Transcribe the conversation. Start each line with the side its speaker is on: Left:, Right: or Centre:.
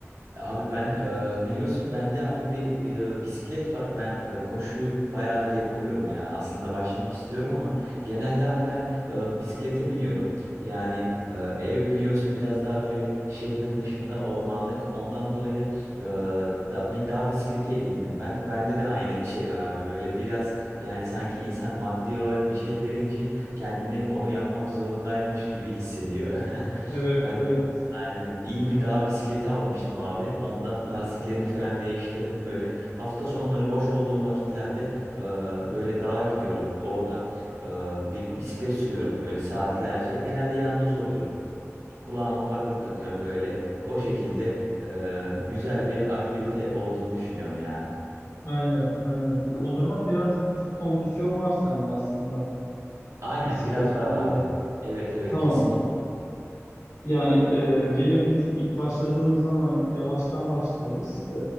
Right: E, Abi ben e, biliyorsun bende abi bir e, bisiklet var. Ben e, koşuyu bayağıdır yapamıyorum ya. Aslında başlamak istiyorum ama genelde abi ben e, bisiklete biniyorum. Yani e, ev biliyorsun biraz daha böyle şehrin dışında ormanlık. Ondan dolayı e, da- bir dağ bisikleti edindim ben. Bende de aynı şey var abi böyle biraz yani sanki insan maddi olarak bir şey verince kendini onu yapmak zorundaymış gibi hissediyor. <laughs>
Left: Evet
Right: Ben
Left: evet
Right: Aynen. İyi bir dağ bisikleti almıştım abi. Ondan lastiklerini falan değiştirdim. Böyle hafta sonları boş olduğum vakitlerde e, böyle dağa gidiyorum. Orada e, bir bisiklet sürüyorum böyle saatlerce. Genelde yalnız oluyorum. Kulağıma kulaklık takıyorum böyle. O şekilde e, güzel bir aktivite olduğunu düşünüyorum ya.
Left: aynen aynen. O zaman biraz bir tık kondisyon var sende aslında
Right: Aynen
Left: bisikletten
Right: biraz var abi.
Left: dolayı.
Right: Evet evet
Left: Tamam
Right: kesinlikle.
Left: Yani e, gene biz ilk başladığımız zaman yavaştan başlarız. E,